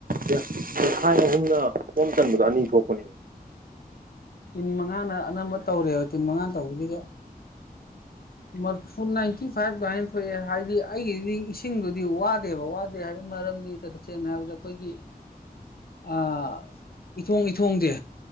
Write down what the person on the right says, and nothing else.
ꯄꯦ ꯄꯦꯈꯥꯏ ꯑꯍꯨꯝꯅ ꯄꯣꯝ ꯆꯟꯕꯗꯣ ꯑꯅꯤ ꯊꯣꯛꯄꯅꯦ